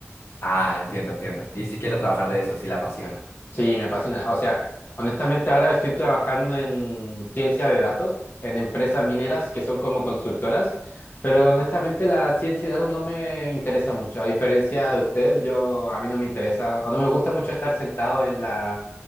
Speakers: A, on the left; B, on the left.
A: Ah, entiendo, entiendo. Y si quiere trabajar de eso, si la apasiona.
B: Sí, me apasiona. O sea, honestamente ahora estoy trabajando en ciencia de datos, en empresas mineras que son como consultoras, pero honestamente la ciencia de datos no me interesa mucho. A diferencia de usted, yo a mí no me interesa o no me gusta mucho estar sentado en la